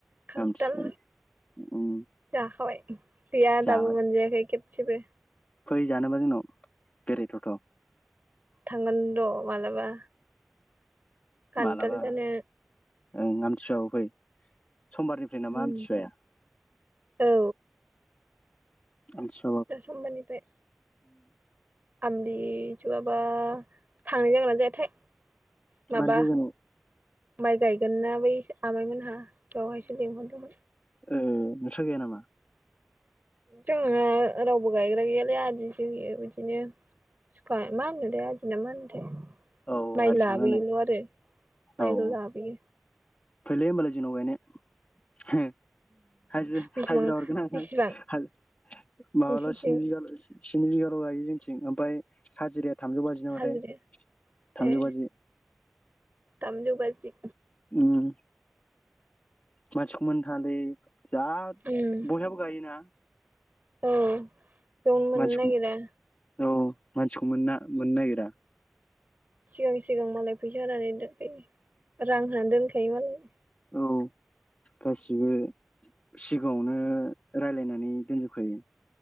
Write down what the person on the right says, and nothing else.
खान्थाल
जाखाबाय गैया
दाबो मोनजायाखै खेबसेबो
थांगोन र' मालाबा खान्थाल
जानो
उम
औ
दा समबारनिफ्राय आमथि सुवाबा थांनाय जागोनना जायाथाय माबा
माइ गायगोन ना बै आमाइमोनहा दहायसो लिंहरदोंमोन
जोंहाना रावबो गायग्रा गैयालै आदिस होयो बिदिनो खाय मा बायदि आदि ना मा होनोथाय
माइ
लाबोयो
आरो माइल'
लाबोयो
बेसेबां
बेसेबां
नोंसिनिथिं
हाजिराया
ए
थामजौ बाजि
उम
औ बेयावनो मोननो
नागिरा
सिगां सिगां मालाय फैसा होनानै दोनखायो रां होनानै दोनखायो मालाय।